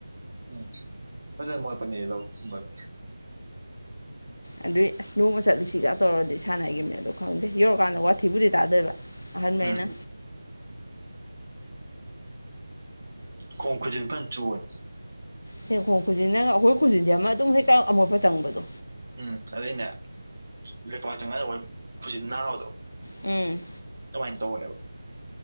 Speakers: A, on the right (about 60°); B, on the left (about 70°).
A: ꯎꯝ ꯐꯖꯅ ꯃꯣꯠꯄꯅꯦ ꯂꯧ ꯀꯨꯝꯕꯗꯣ
B: ꯑꯗꯨꯏ ꯑꯁ ꯅꯣꯡꯃ ꯆꯠꯂꯨꯁꯤꯒ ꯇꯧꯔꯗꯤ ꯁꯥꯟꯅꯈꯤꯕꯅꯤ ꯑꯗꯣ ꯈꯪꯗꯦ ꯌꯧꯔꯀꯥꯟꯗ ꯊꯤꯕꯨꯗꯤ ꯇꯥꯗꯣꯏꯕ ꯑꯍꯥꯟꯉꯩꯅ
A: ꯎꯝ ꯈꯣꯡ ꯈꯨꯖꯤꯟ ꯐꯖꯅ <unintelligible>
B: ꯁꯦꯡꯕ ꯈꯣꯡ ꯈꯨꯖꯤꯟꯗꯒ ꯑꯩꯈꯣꯏ ꯈꯨꯖꯤꯟꯁꯦ ꯑꯃ ꯑꯗꯨꯝ ꯍꯦꯛꯀ ꯑꯃꯣꯠꯄ ꯆꯪꯕꯗꯣ
A: ꯎꯝ ꯑꯗꯨꯏꯅꯦ ꯂꯩꯄꯥꯛ ꯆꯪꯉ ꯑꯣꯢꯝ ꯈꯨꯁꯤꯟ ꯅꯥꯕꯗꯣ
B: ꯎꯝ
A: ꯀꯃꯥꯏꯅ ꯇꯧꯕꯅꯦꯕ